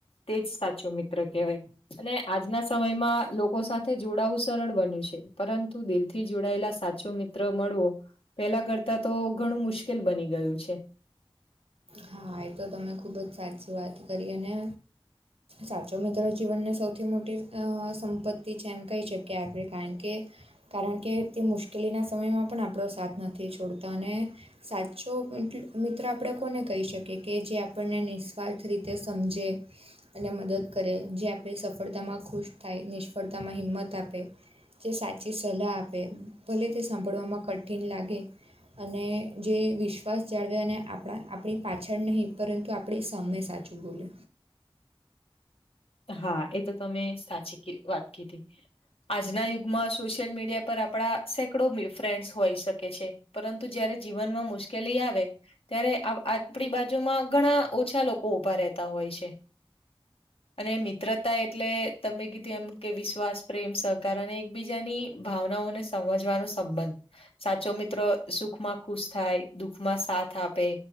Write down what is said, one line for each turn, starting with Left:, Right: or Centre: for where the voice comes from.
Left: તે જ સાચો મિત્ર કહેવાય. અને આજના સમયમાં લોકો સાથે જોડાવું સરળ બન્યું છે પરંતુ દિલ થી જોડાયેલા સાચ ચો મિત્ર મળવો પેલા કરતા તો ઘણું મુશ્કેલ બની ગયું છે.
Right: હા એ તો તમે ખૂબ જ સાચી વાત કરી અને સાચો મિત્ર જીવનની સૌથી મોટી સંપત્તિ છે એમ કહી શકીએ આપણે કારણ કે કારણ કે તે મુશ્કેલીના સમયમાં પણ આપણો સાથ નથી છોડતા અને સાચો <unintelligible> મિત્ર આપ આપણે કોને કહી શકીએ કે જે આપણને નિસ્વાર્થ રીતે સમજે. અને મદદ કરે જે આપણે સફળતામાં ખુશ થાય નિષ્ફળતામાં હિંમત આપે. જે સાચી સલાહ આપે એમ. ભલે તે સાંભળવામાં કઠિન લાગે અને જે વિશ્વાસ જાળવે અને આપ આપણા આપણી પાછળ નહીં પરંતુ આપણે સામે સાચું બોલે.
Left: હા એ તો તમે સાચી વાત કીધી. આજના યુગમાં સોશિયલ મીડિયા પર આપણા સેકડો ફ્રેન્ડ્સ હોય શકે છે પરંતુ જયારે જીવનમાં મુશ્કે મુશ્કેલી આવે ત્યારે આપણી બાજુમાં ઘણા ઓછા લોકો ઉભા રહેતા હોય છે. અને મિત્રતા એટલે તમે કીધું એમ કે વિશ્વાસ પ્રેમ સહકાર અને એકબીજાની ભાવનાઓને સમજવાનો સંબંધ સાચો મિત્રો સુખમાં ખુશ થાય દુઃખમાં સાથ આપે